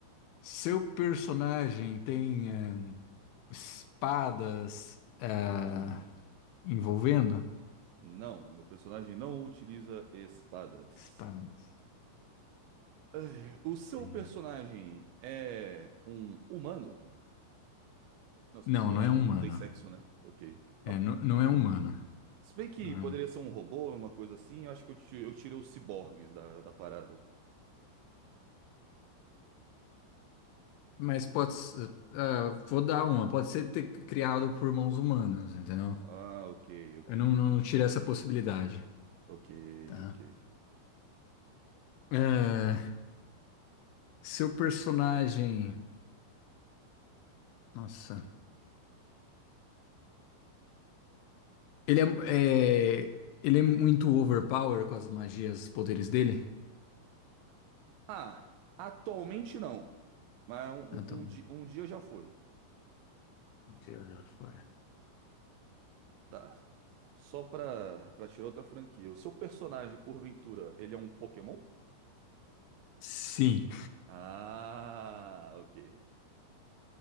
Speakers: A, on the left; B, on the right.
A: seu personagem tem é, espadas é, envolvendo?
B: Não, meu personagem não utiliza espadas.
A: Espadas.
B: Ah, O seu
A: Tem.
B: personagem é um humano? Não, se
A: Não,
B: bem que não,
A: não
B: né?
A: é
B: não,
A: humano.
B: não tem sexo, né? Ok. Mas
A: É, não, não é humano.
B: Se bem que
A: Não
B: poderia
A: é humano.
B: ser um robô, uma coisa assim, eu acho que eu ti- eu tirei os ciborgues da, da parada.
A: Mas pode ser. ah, vou dar uma. Pode ser ter criado por mãos humanas, entendeu?
B: Ah, ok, ok,
A: Eu não, não,
B: ok.
A: não tirei essa possibilidade.
B: Ok,
A: Tá.
B: ok.
A: É, seu personagem. Nossa. Ele é, é- ele é muito overpower com as magias, os poderes dele?
B: Ah, atualmente não. Mas um,
A: Ah, tá.
B: um, um di- um dia já foi.
A: Deus já foi.
B: Tá. Só pra, pra tirar outra franquia. O seu personagem, porventura, ele é um Pokémon?
A: Sim.
B: Ah, ok.